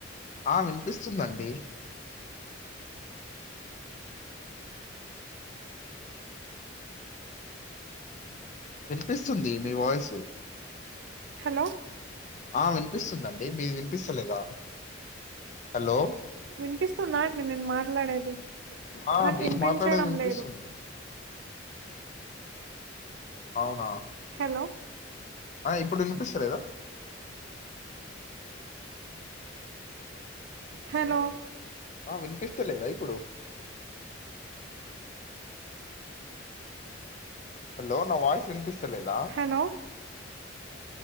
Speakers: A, on the left; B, on the right.
A: ఆ వినిపిస్తుందండి వినిపిస్తుంది మీ వాయిస్
B: హలో
A: ఆ విని వినిపిస్తుందండి మీ వినిపిస్తలేదా హలో
B: వినిపిస్తుందండి నేను మాట్లాడేది
A: ఆ
B: నాకు
A: మీకు
B: వినిపించడం
A: మాట్లాడేది వినిపిస్తుంది
B: లేదు
A: అవునా
B: హలో
A: ఆ ఇప్పుడు వినిపిస్తలేదా
B: హలో
A: ఆ వినిపిస్తలేదా ఇప్పుడు హలో నా వాయిస్ వినిపిస్తలేదా
B: హలో